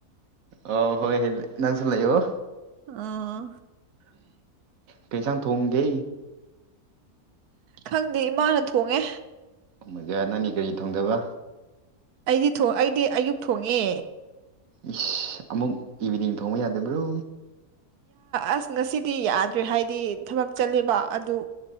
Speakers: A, on the right (about 65°); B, on the right (about 80°).
A: ꯑ ꯍꯣꯏ ꯍ ꯅꯪꯁꯨ ꯂꯩ ꯑꯣ
B: ꯑꯥ
A: ꯀꯩꯁꯥꯡ ꯊꯣꯡꯒꯦ
B: ꯈꯪꯗꯦ ꯏꯃꯥꯅ ꯊꯣꯡꯉꯦ
A: ꯑꯃꯒ ꯅꯪꯅꯤ ꯀꯔꯤ ꯊꯣꯡꯗꯕ
B: ꯑꯩꯗꯤ ꯑꯩꯗꯤ ꯑꯌꯨꯛ ꯊꯣꯡꯉꯦ
A: ꯏꯁ ꯑꯃꯨꯛ ꯏꯚꯤꯅꯤꯡ ꯊꯣꯡꯕ ꯌꯥꯗꯕ꯭ꯔꯣ
B: ꯑꯁ ꯉꯁꯤꯗꯤ ꯌꯥꯗ꯭ꯔꯦ ꯍꯥꯏꯗꯤ ꯊꯕꯛ ꯆꯠꯂꯦꯕ ꯑꯗꯨ